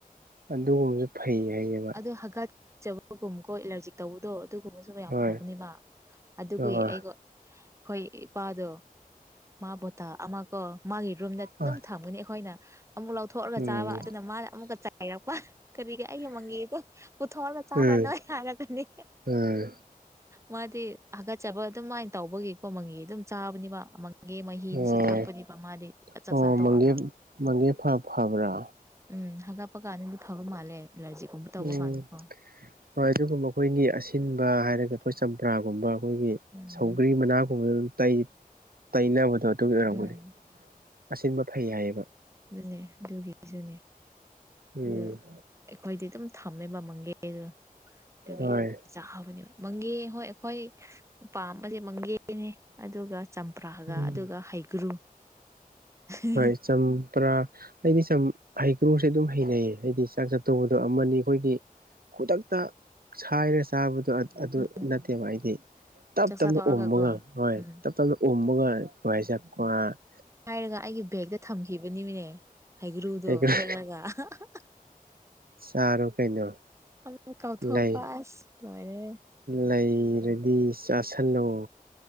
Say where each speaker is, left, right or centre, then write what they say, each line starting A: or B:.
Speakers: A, on the right; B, on the right.
A: ꯑꯗꯨꯒꯨꯝꯕꯁꯨ ꯐꯩ ꯍꯥꯏꯌꯦꯕ
B: ꯍꯒꯠꯆꯕꯒꯨꯝ ꯀꯣ ꯑꯦꯂꯔꯖꯤ ꯇꯧꯕꯗꯣ ꯑꯗꯨꯒꯨꯝꯕꯁꯨ ꯃꯌꯥꯝ
A: ꯍꯣꯏ
B: ꯐꯕꯅꯦꯕ ꯑꯗꯨꯒꯤ
A: ꯍꯣꯏ
B: ꯑꯩꯒꯣ ꯑꯩꯈꯣꯏ ꯏꯄꯥꯗꯣ ꯃꯥ ꯕꯣꯇꯥꯜ ꯑꯃ ꯀꯣ ꯃꯥꯒꯤ ꯔꯨꯝꯗ
A: ꯍꯣꯏ
B: ꯑꯗꯨꯝ ꯊꯝꯒꯅꯤ ꯑꯩꯈꯣꯏꯅ ꯑꯃꯨꯛ ꯂꯧꯊꯣꯛꯑꯒ
A: ꯎꯝ
B: ꯆꯥꯕ ꯑꯗꯨꯅ ꯃꯥꯅ ꯑꯃꯨꯛꯀ ꯆꯥꯏꯔꯛꯄ ꯀꯔꯤꯒ ꯑꯩ ꯃꯪꯒꯦꯗꯣ ꯄꯨꯊꯣꯛꯑꯒ ꯆꯥꯕ꯭ꯔꯥ
A: ꯎꯝ
B: ꯅꯣꯏ ꯌꯥꯔꯒꯅꯤ
A: ꯎꯝ
B: ꯃꯥꯗꯤ ꯍꯥꯒꯠꯆꯕ ꯑꯗꯨꯃꯥꯏꯅ ꯇꯧꯕꯒꯤꯀꯣ ꯃꯪꯒꯦ ꯑꯗꯨꯝ ꯆꯥꯕꯅꯦꯕ ꯒꯤ ꯃꯍꯤꯗꯨꯁꯨ
A: ꯑꯣ
B: ꯊꯛꯄꯅꯦꯕ ꯃꯥꯗꯤ ꯆꯥꯛꯆꯥ
A: ꯑꯣ
B: ꯇꯣꯛꯔꯒ
A: ꯃꯪꯒꯦ ꯃꯪꯒꯦ ꯐꯥ ꯐꯕ꯭ꯔꯥ
B: ꯎꯝ ꯍꯥꯂꯥꯛꯄ ꯀꯥꯟꯗꯗꯤ ꯐꯕ ꯃꯥꯜꯂꯦ ꯑꯦꯂꯥꯔꯖꯤꯒꯨꯝꯕ ꯇꯧꯕ
A: ꯎꯝ
B: ꯀꯥꯟꯗ ꯀꯣ
A: ꯍꯣꯏ ꯑꯗꯨꯒꯨꯝꯕ ꯑꯩꯈꯣꯏꯅꯤ ꯑꯁꯤꯟꯕ ꯍꯥꯏꯔꯒ ꯑꯩꯈꯣꯏ ꯆꯝꯄ꯭ꯔꯥꯒꯨꯝꯕ ꯑꯩꯈꯣꯏꯒꯤ
B: ꯎꯝ
A: ꯁꯧꯒ꯭ꯔꯤ ꯃꯅꯥꯒꯨꯝꯕꯗꯣ ꯑꯗꯨꯝ ꯇꯩ ꯇꯩꯅꯕꯗꯣ ꯑꯗꯨꯒꯤ ꯑꯣꯏꯔꯝꯒꯅꯤ
B: ꯎꯝ
A: ꯑꯁꯤꯟꯕ ꯐꯩ ꯍꯥꯏꯌꯦꯕ꯫
B: ꯑꯗꯨꯨꯅꯦ ꯑꯗꯨꯒꯤꯁꯨꯅꯦ꯫
A: ꯎꯝ꯫
B: ꯑꯗꯨ ꯑꯩꯈꯣꯏꯗꯤ ꯑꯗꯨꯝ ꯊꯝꯃꯦꯕ ꯃꯪꯒꯤ ꯍꯩꯗꯣ꯫ ꯑꯗꯨꯒꯤ
A: ꯍꯣꯏ
B: ꯌꯥꯝ ꯆꯥꯕꯅꯦꯕ ꯃꯪꯒꯤ ꯍꯩ ꯍꯣꯏ ꯑꯩꯈꯣꯏ ꯄꯥꯝꯕꯁꯦ ꯃꯪꯒꯤ ꯍꯩꯅꯦ ꯑꯗꯨꯒ ꯆꯝꯄ꯭ꯔꯥꯒ
A: ꯎꯝ
B: ꯑꯗꯨꯒ ꯍꯩꯒ꯭ꯔꯨ꯫ <unintelligible>
A: ꯍꯣꯏ ꯆꯝꯄ꯭ꯔꯥ꯫ ꯑꯩꯗꯤ ꯆꯝ ꯍꯩꯀ꯭ꯔꯨꯁꯦ ꯑꯗꯨꯝ ꯍꯩꯅꯩꯌꯦ ꯍꯥꯏꯗꯤ ꯆꯥꯛ ꯆꯥꯠꯇꯣꯛꯄꯗ ꯑꯃꯅꯤ ꯑꯩꯈꯣꯏꯒꯤ ꯈꯨꯗꯛ ꯇ ꯁꯥꯏꯔ ꯆꯥꯕꯗꯣ ꯑꯗ ꯑꯗꯨ
B: ꯎꯝ
A: ꯅꯠꯇꯦꯕ ꯑꯩꯗꯤ꯫ ꯇꯞ
B: ꯆꯥꯛꯆꯥ
A: ꯇꯞꯅ
B: ꯇꯧꯔꯒꯀꯣ
A: ꯎꯝꯃꯒ ꯍꯣꯏ
B: ꯎꯝ
A: ꯇꯞ ꯇꯞꯅ ꯎꯝꯃꯒ <unintelligible>
B: ꯍꯦꯛꯔꯒ ꯑꯩꯒꯤ ꯕꯦꯒꯇ ꯊꯝꯈꯤꯕꯃꯅꯤꯅꯦ ꯍꯩꯒ꯭ꯔꯨꯗꯣ
A: ꯍꯩꯀ꯭ꯔꯨ
B: ꯍꯦꯛꯂꯒ ꯑꯍꯥ ꯑꯍꯥ꯫
A: ꯆꯥꯔꯣ ꯀꯩꯅꯣ꯫
B: ꯑꯩ ꯀꯥꯎꯊꯣꯛꯄ
A: ꯂꯩ
B: ꯑꯁ ꯂꯣꯏꯔꯦ꯫
A: ꯂꯩꯔꯗꯤ ꯆꯥꯥꯁꯜꯂꯣ꯫